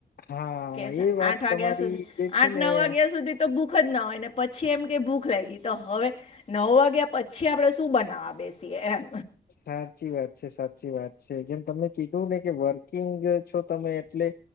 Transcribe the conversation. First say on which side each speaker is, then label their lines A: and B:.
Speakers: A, on the left; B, on the left.
A: હા.
B: કે
A: એ વાત
B: આઠ વાગ્યા
A: તમારી
B: સુધી
A: જે છે
B: આઠ
A: ને
B: નવ
A: એ
B: વાગ્યા સુધી તો ભૂખ જ ના હોય ને પછી એમ કે ભૂખ લ તો હવે નવ વાગ્યા પછી આપણે શું બનાવા બેસીએ એમ
A: સાચી વાત છે સાચી વાત છે જેમ તમે કીધું ને કે વર્કિંગ છો તમે એટલે